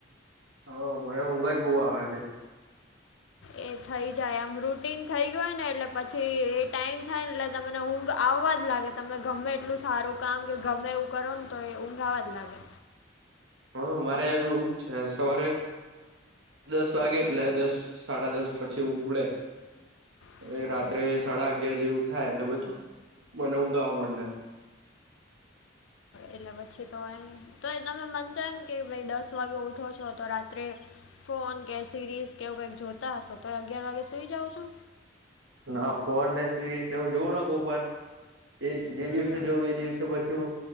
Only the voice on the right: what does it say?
હવ મને ઊંઘ જ બહુ આવે છે.
હા મારે એવુંજ છે સવારે દસ વાગે એટલે દસ સાડા દસ પછી ઊંઘ ઉડે.
એ રાત્રે સાડા અગયાર જેવું થાય એટલે બ મને ઊંઘ આવા મંડે.
ના ફોન ને સિરીઝ ને એવું જોવું ન કોકવાર. એ
જે દિવસે જવું એ દિવસે પછું